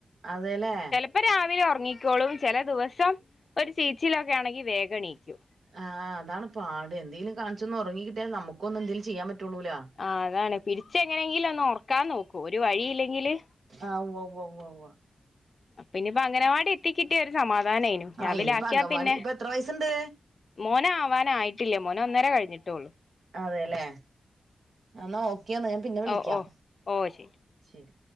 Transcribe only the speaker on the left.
ഇപ്പ രാവിലെ ഉറങ്ങിക്കോളും ചില ദിവസം ഒരു ചീച്ചിലൊക്കെ ആണെങ്കിൽ വേഗണീക്കും
ആഹ് അതാണെ. പിടിച്ച് എങ്ങനെങ്കിലൊന്ന് ഒറക്കാൻ നോക്കു ഒരു വഴിയില്ലെങ്കില്
അപ്പിനിയിപ്പോ അങ്ങനവാടി എത്തിക്കിട്ടിയ ഒരു സമാധാനായിനു. രാവിലെ
ആക്കിയാ
പിന്നെ
മോനാവാനായിട്ടില്ലേ മോന് ഒന്നര കഴിഞ്ഞിട്ടേ ള്ളൂ.
ഓ ഓ ഓ ശരി